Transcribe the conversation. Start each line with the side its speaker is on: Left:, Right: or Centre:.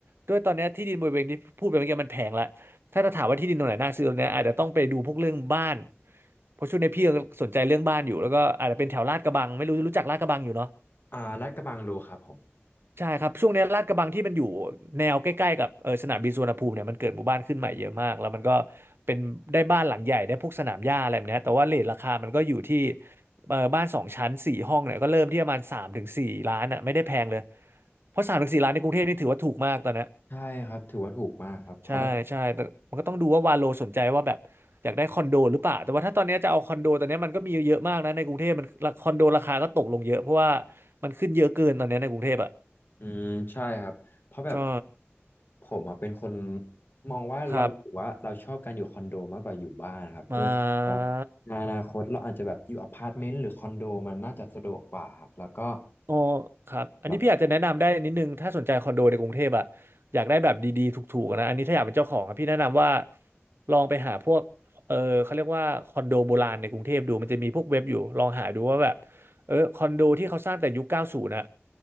Right: ด้วยตอนเนี้ยที่ดินบริเวณที่พูดไปเมื่อกี้มันแพงละถ้าจะถามว่าที่ดินตรงไหนน่าซื้อตรงเนี้ยอาจจะต้องไปดูพวกเรื่องบ้านเพราะช่วงนี้พี่ยังสนใจเรื่องบ้านอยู่แล้วก็อาจจะเป็นแถวลาดกระบังไม่รู้รู้จักลาดกระบังอยู่เนาะ
Left: อ่าลาดกระบังรู้ครับผม
Right: ใช่ครับช่วงเนี้ยลาดกระบังที่มันอยู่แนวใกล้ๆกับเออสนามบินสุวรรณภูมิเนี่ยมันเกิดหมู่บ้านขึ้นใหม่เยอะมากแล้วมันก็เป็นได้บ้านหลังใหญ่ได้พวกสนามหญ้าอะไรแบบเนี้ยแต่ว่าเรทราคามันก็อยู่ที่เออบ้านสองชั้นสี่ห้องเนี่ยก็เริ่มที่ประมาณสามถึงสี่ล้านอ่ะไม่ได้แพงเลยเพราะสามถึงสี่ล้านในกรุงเทพนี่ถือว่าถูกมากตอนเนี้ย
Left: ใช่ครับถือว่าถูกมากครับเขาแบบ
Right: ใช่ใช่แต่มันก็ต้องดูว่าวาโลสนใจว่าแบบอยากได้คอนโดหรือเปล่าแต่ว่าถ้าตอนเนี้ยจะเอาคอนโดตอนเนี้ยมันก็มีเยอะๆมากนะในกรุงเทพมันคอนโดราคาก็ตกลงเยอะเพราะว่ามันขึ้นเยอะเกินตอนเนี้ยในกรุงเทพอ่ะ
Left: อืมใช่ครับเพราะแบบ
Right: ใช่
Left: ผมอะเป็นคนมองว่าเรารู้สึกว่าเราชอบการอยู่คอนโดมากกว่าอยู่บ้านครับก็เลยว่าในอนาคตเราอาจจะแบบอยู่อพาร์ตเมนต์หรือคอนโดมันน่าจะสะดวกกว่าครับแล้วก็
Right: ครับ มาอ๋อครับอันนี้พี่อาจจะแนะนำได้นิดนึงถ้าสนใจคอนโดในกรุงเทพอะ
Left: แบบ
Right: อยากได้แบบดีๆถูกๆนะอันนี้ถ้าอยากเป็นเจ้าของอะพี่แนะนำว่าลองไปหาพวกเออเขาเรียกว่าคอนโดโบราณในกรุงเทพดูมันจะมีพวกเว็บอยู่ลองหาดูว่าแบบเออคอนโดที่เขาสร้างแต่ยุค90นะ